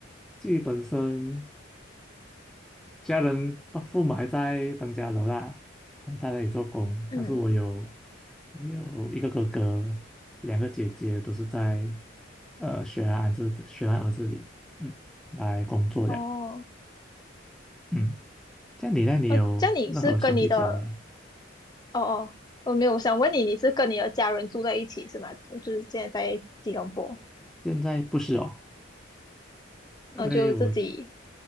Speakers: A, in the centre; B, on the left (about 20°).
A: 自己本身家人爸父母还在登嘉楼啦，他们在那里做工，
B: 嗯，
A: 但是我有我有一个哥哥，两个姐姐都是在呃雪兰莪这雪兰莪这里，嗯，来工作的。
B: 哦，
A: 嗯。这样你那里有任何兄弟姐妹啊？
B: 呃，这样你是跟你的哦哦，我没有，我想问你，你是跟你的家人住在一起是吗？就是现在在吉隆坡，
A: 现在不是哦，因为我
B: 嗯，就自己。